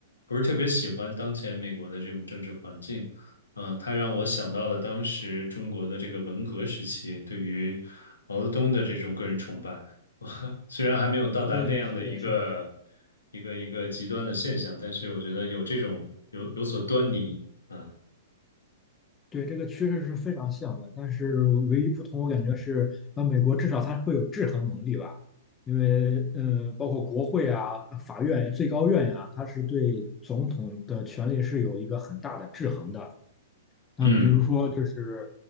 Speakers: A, on the left; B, on the left.
A: 不是特别喜欢当前美国的这种政治环境，嗯、它让我想到了当时中国的这个文革时期对于毛泽东的这种个人崇拜，<laughs> 我虽然还没有到达那样的一个
B: 对，是的，是的，
A: 一个一个极端的现象，但是我觉得有这种有有所端倪啊，
B: 对，这个趋势是非常像的，但是唯一不同，我感觉是，呃，美国至少它会有制衡能力吧，因为，呃，包括国会啊、法院、最高院呀、它是对总统的权力是有一个很大的制衡的。那比如说就是，
A: 嗯